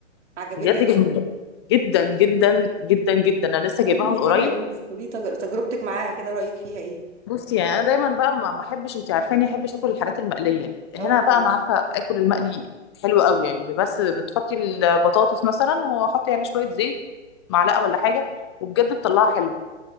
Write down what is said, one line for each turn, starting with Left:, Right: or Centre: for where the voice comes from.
Right: عجبتك
Left: بجد جميله جدا جدا جدا جدا انا لسه
Right: وقولي
Left: جايباها
Right: لي
Left: من قريب
Right: كده يا بنتي قولي تج- تجربتك معاها كده رايك فيها ايه
Left: بصي يعني انا دايما بقى ما ما احبش انت عارفاني احبش اكل الحاجات المقليه هنا
Right: اه انت
Left: بقى انا عارفه اكل المقلي حلو قوي يعني بس بتحطي البطاطس مثلا وحطي عليها شويه زيت معلقه ولا حاجه وبجد بتطلعها حلوه